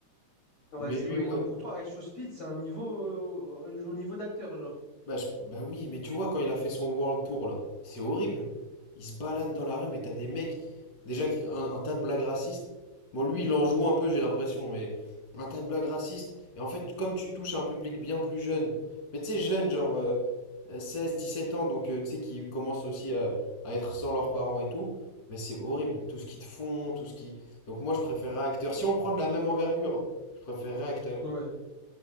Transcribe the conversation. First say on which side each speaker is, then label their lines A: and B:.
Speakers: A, on the left; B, on the left.
A: Ouais,
B: Mais
A: c'est
B: lui,
A: vrai.
B: ouais.
A: Et donc, pour toi, I Show Speed, c'est un niveau. euh, au niveau d'acteur, genre.
B: Bah, je- bah oui, mais tu vois, quand il a fait son World Tour là, c'est horrible. Il se balade dans la rue, mais t'as des mecs, déjà qui- un, un tas de blagues racistes. Bon, lui, il en joue un peu, j'ai l'impression, mais un tas de blagues racistes. Et en fait, comme tu touches un public bien plus jeune, mais tu sais, jeune, genre euh, euh, 16, 17 ans, donc euh, tu sais, qui commencent aussi à, à être sans leurs parents et tout, mais c'est horrible, tout ce qu'ils te font, tout ce qui. Donc moi, je préférerais acteur. Si on prend de la même envergure, hein, je préférerais acteur.
A: Ouais,